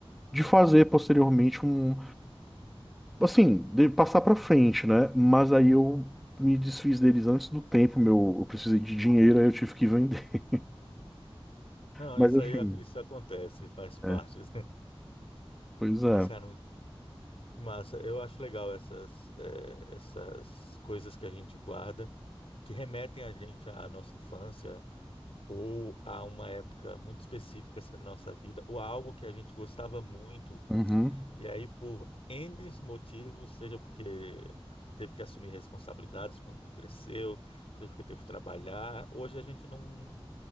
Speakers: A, in the centre; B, on the left.
A: de fazer posteriormente um, assim, de passar pra frente, né? Mas aí eu me desfiz deles antes do tempo, meu, eu precisei de dinheiro, aí eu tive que vender.
B: Não,
A: <laughs> Mas
B: isso
A: enfim,
B: aí, ac- isso acontece, faz parte.
A: é,
B: <laughs>
A: pois
B: Mas,
A: é.
B: cara, muito- que massa, eu acho legal essas, é, essas coisas que a gente guarda, que remetem a gente à nossa infância, ou a uma época muito específica assim, da nossa vida, ou a algo que a gente gostava muito,
A: Uhum,
B: e aí por N motivos, seja porque teve que assumir responsabilidades quando cresceu, seja porque teve que trabalhar, hoje a gente não,